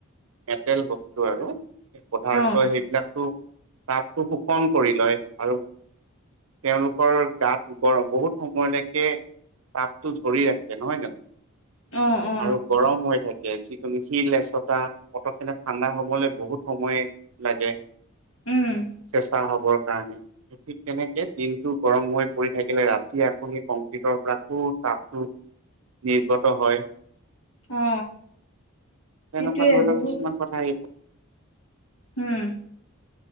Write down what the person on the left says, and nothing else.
অ
অ, ' অ'!
উম!
অ সেইটোৱে
বহুত
উম!